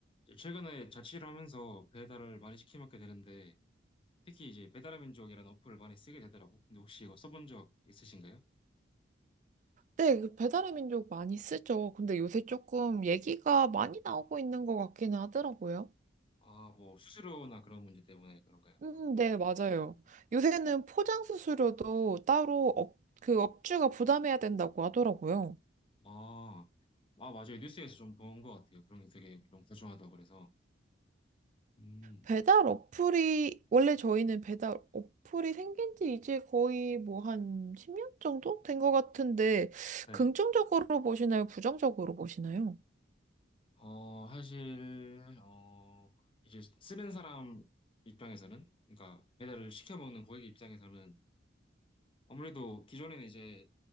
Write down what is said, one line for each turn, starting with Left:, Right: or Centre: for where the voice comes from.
Left: 이제 최근에 자취를 하면서 배달을 많이 시켜 먹게 되는데 특히 이제 배달의 민족이라는 어플을 많이 쓰게 되더라고. 근데 혹시 이거 써본 적 있으신가요?
Right: 네, 그 배달의 민족 많이 쓰죠. 근데 요새 조금 얘기가 많이 나오고 있는 것 같기는 하더라고요.
Left: 아, 뭐 수수료나 그런 문제 때문에 그런가요?
Right: 음, 네, 맞아요. 요새는 포장 수수료도 따로 업, 그 업주가 부담해야 된다고 하더라고요.
Left: 아, 아 맞아요. 뉴스에서 좀 본 것 같아요. 그런 게 되게 좀 소중하다고 그래서. 음,
Right: 배달 어플이, 원래 저희는 배달 어플이 생긴 지 이제 거의 뭐 한 10년 정도 된 것 같은데,
Left: 네.
Right: 긍정적으로 보시나요? 부정적으로 보시나요?
Left: 어, 사실 어 이제 쓰는 사람 입장에서는 그러니까 배달을 시켜 먹는 고객 입장에서는 아무래도 기존에는 이제